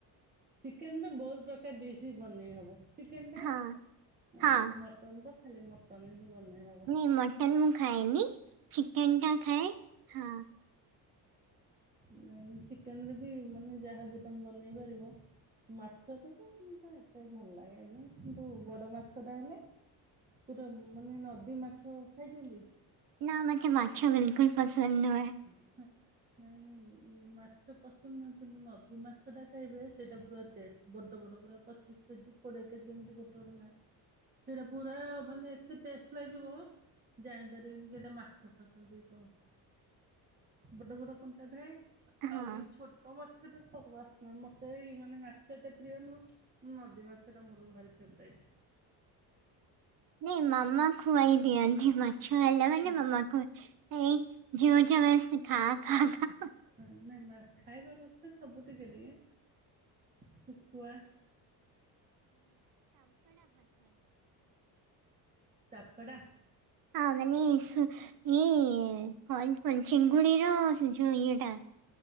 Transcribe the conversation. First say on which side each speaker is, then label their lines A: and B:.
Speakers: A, on the right (about 20°); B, on the right (about 55°).
A: ଚିକେନ୍ ରେ ବହୁତ ପ୍ରକାର ଡିସ୍ ବି ବନେଇ ହବ। ଚିକେନ୍ ଟା
B: ହଁ
A: ଆଉ
B: ହଁ
A: ମଟନ୍ ତ ଖାଲି ମଟନ୍ ରେ ହିଁ ବନେଇ ହବ।
B: ନା ମଟନ୍ ମୁଁ ଖାଏନି ଚିକେନ୍ ଟା ଖାଏ ହଁ।
A: ହୁଁ ନାଇଁ ମୁଁ ଚିକେନରେ ବି ମାନେ ଯାହାବି ତମେ ବନେଇ ପାରିବ। ମାଛଟା ତ ମତେ ଏତେ ଭଲ ଲାଗେନି କିନ୍ତୁ ବଡ ମାଛ ଟା ହେଲେ। ପୁରା ମାନେ ନଦୀ ମାଛ ଖାଇଛନ୍ତି।
B: ନା ମତେ ମାଛ ବିଲକୁଲ ପସନ୍ଦ ନୁହେଁ।
A: <unintelligible> ନାଇଁ ନାଇଁ ମାଛ ପସନ୍ଦ ନୁହେଁ କିନ୍ତୁ ନଦୀ ମାଛ ଟା ଖାଇବେ ସେଇଟା ପୁରା ଟେଷ୍ଟ। ବଡ଼ ବଡ଼ ପୁରା ପଚିଶ କେଜି କୋଡ଼ିଏ କେଜି ଏମିତି ଗୋଟେ ଗୋଟେ ମା ସେଇରା ପୁରା ମାନେ ଏତେ ଟେଷ୍ଟ ଲାଗିବ। ଜାଣି ପାରିବେନି କି ଏଇଟା ମାଛ ଖାଉଛନ୍ତି କଣ। ବଡ ବଡ କଣ୍ଟା ଥାଏ
B: ହଁ
A: ଆଉ ଏଇ ଛୋ ଟ ମାଛ ଟା ତାର ବାସ୍ନା ମତେ ବି ମାନେ ମାଛ ଏତେ ପ୍ରିୟ ନୁହଁ। ନଦୀ ମାଛ ଟା ମୋର ଭାରି ଫେବରାଇଟ।
B: ନାଇଁ ମାମା ଖୁଆଇ ଦିଅନ୍ତି ମାଛ ହେଲା ମାନେ
A: ହଁ
B: ମାମା ଖୁଆଇ ଏଇ। ଜୋର୍ ଜବରଦସ୍ତି ଖା ଖା ଖା।
A: ହଁ ନାଇଁ ମା ଖାଇବା କଥା ସବୁ ଟିକେ ଟିକେ ଶୁଖୁଆ। ତପେଡ଼ା।
B: ହଁ ମାନେ ସୁ ଇଏ କଣ କୁହନ୍ତି ଚିଙ୍ଗୁଡି ର ସେ ଯୋଉ ଇଏଟା।